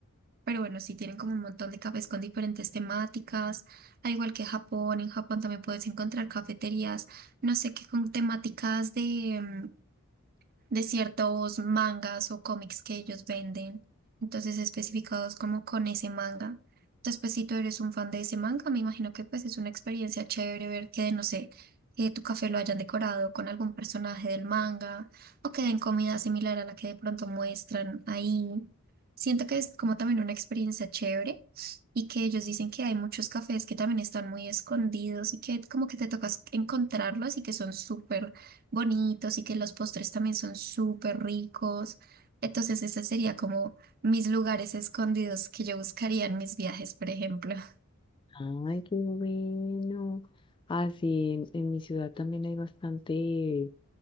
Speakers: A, on the right; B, on the left.
A: Pero bueno, sí tienen como un montón de cafés con diferentes temáticas, al igual que Japón, en Japón también puedes encontrar cafeterías, no sé qué, con temáticas de, mm, de ciertos mangas o cómics que ellos venden, entonces especificados como con ese manga. Entonces, pues si tú eres un fan de ese manga, me imagino que pues es una experiencia chévere ver que, no sé, que tu café lo hayan decorado con algún personaje del manga o que den comida similar a la que de pronto muestran ahí. Siento que es como también una experiencia chévere y que ellos dicen que hay muchos cafés que también están muy escondidos y que como que te tocas encontrarlos y que son súper bonitos y que los postres también son súper ricos. Entonces, ese sería como mis lugares escondidos que yo buscaría en mis viajes, por ejemplo. <laughs>
B: Ay, qué bueno. así en, en mi ciudad también hay bastante,